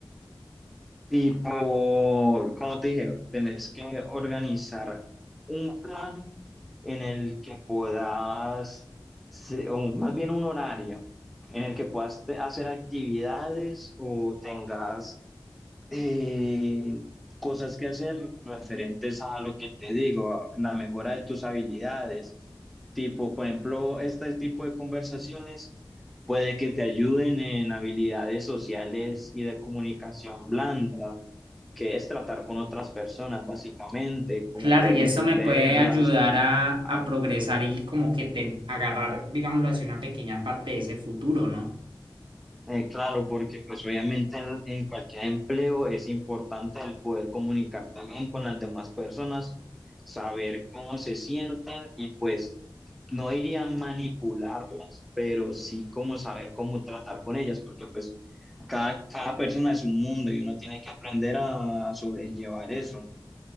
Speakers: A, in the centre; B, on the right (about 80°).
A: Tipo, como te dije, tenés que organizar un plan en el que puedas, se- o más bien un horario, en el que puedas te- hacer actividades o tengas eh, cosas que hacer referentes a lo que te digo, a la mejora de tus habilidades. Tipo, por ejemplo, este tipo de conversaciones puede que te ayuden en habilidades sociales y de comunicación blanda que es tratar con otras personas, básicamente, como
B: Claro,
A: poder
B: y
A: entenderlas.
B: eso me puede ayudar a,
A: al-
B: a progresar y como que ten- agarrar, digámoslo así, una pequeña parte de ese futuro, ¿no?
A: eh, claro, porque pues obviamente en, en cualquier empleo es importante el poder comunicar también con las demás personas, saber cómo se sienten y pues no diría manipularlas, pero sí como saber cómo tratar con ellas, porque pues cada, cada persona es un mundo y uno tiene que aprender a sobrellevar eso.